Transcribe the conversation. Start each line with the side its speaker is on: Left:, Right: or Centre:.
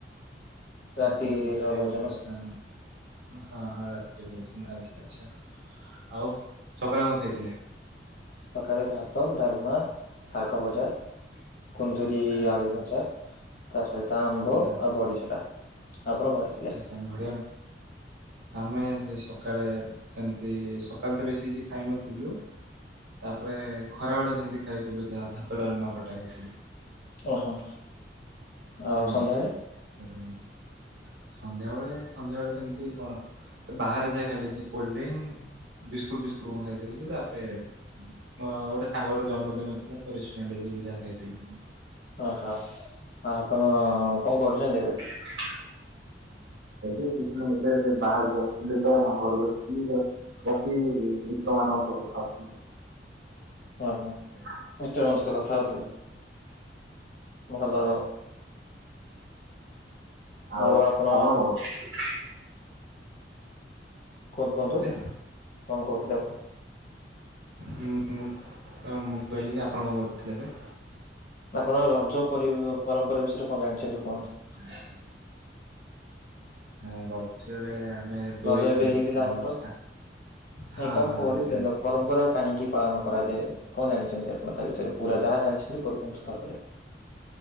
Left: ରାତିର
Right: ଆଚ୍ଛା ଆଚ୍ଛା ଖାଇବାକୁ
Left: ଭୋଜନ
Right: ଆସିନାହାନ୍ତି। ହଁ ହଁ ରାତିରେ ଆଚ୍ଛା ଆଚ୍ଛା ଆଉ ସକାଳେ କଣ ଖାଇଥିଲେ।
Left: ସକାଳେ ଭାତ ଡାଲମା ଶାଗ ଭଜା। କୁନ୍ଦୁରୀ
Right: ଆଚ୍ଛା
Left: ଆଳୁ
Right: ଆଚ୍ଛା
Left: ଭଜା ତା ସହିତ ଆମ୍ବ ଆଉ
Right: ଆଚ୍ଛା
Left: ବଢିଚୁରା। ଆପଣ କଣ ଖାଇଥିଲେ?
Right: ଏମ ଭଳିଆ। ଆମେ ସେ ସକାଳେ ସେମିତି ସକାଳେ ତ ବେଶୀ କିଛି ଖାଇ ନଥିଲୁ। ତାପରେ ଖରାବେଳେ ସେମିତି ଖାଇଥିଲୁ ଯାହା ଭାତ ଡାଲମା ଖଟା ଖାଇଥିଲୁ।
Left: ଓହୋ। ଆଉ
Right: ହୁଁ
Left: ସନ୍ଧ୍ୟାବେଳେ
Right: ସନ୍ଧ୍ୟାବେଳେ ସନ୍ଧ୍ୟାବେଳେ ସେମିତି କଣ? ସେ ବାହାରେ ଯାଏ ଖାଇଲେ ସେ କୋଲ୍ଡଡ୍ରିଙ୍କ ବିସ୍କୁଟ ଫିସ୍କୁଟ କ ଖାଇ ଦେଇଥିଲି ତାପରେ। ଅଁ ଗୋଟେ ସାଙ୍ଗର ଜନ୍ମଦିନ ଥିଲା ତ ରେଷ୍ଟୁରାଣ୍ଟ ଯାଇକି ଯାହା ଖାଇଥିଲି।
Left: ଓହୋ ଆ ଆପଣ କଣ କରୁଛନ୍ତି ଏବେ?
Right: <inaudible> ଏବେ କିଛି ନାହିଁ ଏବେ ସେ ବାହାରୁ ଆସିଲି ତ ଘରୁ ବସିଲି। ମତେ ମିତ୍ରମାନଙ୍କ ସହ ରଖାହଉଥିଲା।
Left: ଓହୋ ମିଷ୍ଟର ମୋ ସହିତ କଥା ହଉଥିଲେ ଭଲ
Right: <unintelligible> ଆଉ-ଆଉ
Left: ହଉ ଆପଣ
Right: କଣ କହୁଛୁ
Left: କୁହନ୍ତୁ-କୁହନ୍ତୁ
Right: ଥିଲେ
Left: କଣ କହୁଥିଲେ ଆପଣ
Right: ହୁଁ-ହୁଁ ମୁଁ କହିଲି କି ଆପଣ କଣ କହୁଥିଲେ ଏବେ
Left: ଆପଣ ରଜ ପରି ପରମ୍ପରା ବିଷୟରେ କଣ ଜାଣିଛନ୍ତି କୁହନ୍ତୁ?
Right: <inaudible> ହେଁ ରଜ ରଜରେ ଆମେ ଦୋଳି
Left: ରଜ ଏବେ
Right: ଖେଳୁଥିଲୁ
Left: ହେଇଥିଲା ଆମର
Right: ସା ହଁ-ହଁ
Left: ନାଇଁ କଣ କରିଥିଲେ
Right: ରଜ ହେଇଥିଲା।
Left: ପରମ୍ପରା କାହିଁକି ପାଳନ କରାଯାଏ କଣ ଜାଣିଛନ୍ତି ଆପଣ ତା ବିଷୟରେ ପୁରା ଯାହା ଜାଣିଛନ୍ତି କହିଦିଅନ୍ତୁ ଥର କରେ।